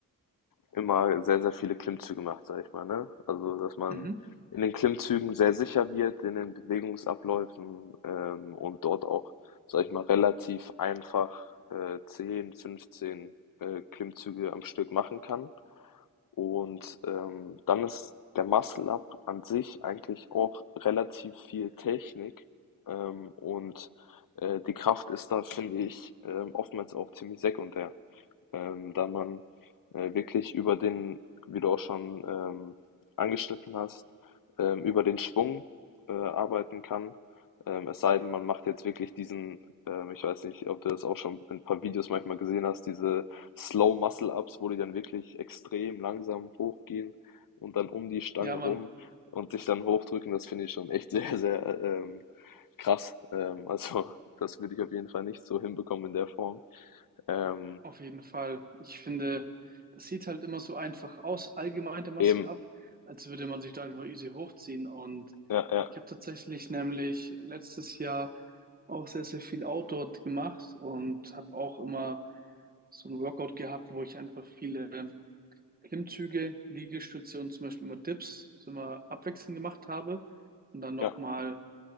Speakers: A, on the left (about 70°); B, on the right (about 25°).
A: immer sehr, sehr viele Klimmzüge macht, sag ich mal, ne? Also, dass man
B: Mhm.
A: in den Klimmzügen sehr sicher wird, in den Bewegungsabläufen ähm, und dort auch, sag ich mal, relativ einfach äh, 10, 15 äh, Klimmzüge am Stück machen kann. Und ähm, dann ist der Muscle Up an sich eigentlich auch relativ viel Technik ähm, und äh, die Kraft ist da, finde ich, ähm, oftmals auch ziemlich sekundär ähm, da man äh, wirklich über den, wie du auch schon ähm, angeschnitten hast, ähm, über den Schwung äh, arbeiten kann. Ähm, es sei denn, man macht jetzt wirklich diesen, ähm, ich weiß nicht, ob du das auch schon in ein paar Videos manchmal gesehen hast, diese Slow Muscle Ups, wo die dann wirklich extrem langsam hochgehen und dann um die Stange
B: Ja, Mann.
A: rum und sich dann hochdrücken. Das finde ich schon echt <laughs> sehr, sehr ähm, krass. Ähm, also das würde ich auf jeden Fall nicht so hinbekommen in der Form. Ähm,
B: Auf jeden Fall. Ich finde, das sieht halt immer so einfach aus, allgemein der Muscle
A: eben,
B: Up, als würde man sich da einfach easy hochziehen. Und
A: Ja, ja,
B: ich habe tatsächlich nämlich letztes Jahr auch sehr, sehr viel Outdoor gemacht und habe auch immer so ein Workout gehabt, wo ich einfach viele ähm, Klimmzüge, Liegestütze und zum Beispiel immer Dips so immer abwechselnd gemacht habe. Und dann nochmal
A: ja.